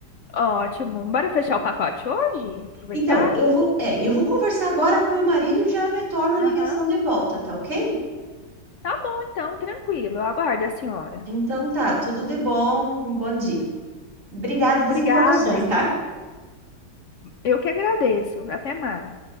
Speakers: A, on the left (about 70°); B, on the right (about 45°).
A: Ótimo. Bora fechar o pacote hoje? Aproveitar?
B: Então, eu vou, é, eu vou conversar agora com meu marido e já retorno a ligação
A: Aham.
B: de volta, tá ok?
A: Tá bom, então, tranquilo. Eu aguardo a senhora.
B: Então tá, tudo de bom, um bom dia. Obrigada das
A: Obrigada.
B: informações, tá?
A: Eu que agradeço. Até mais.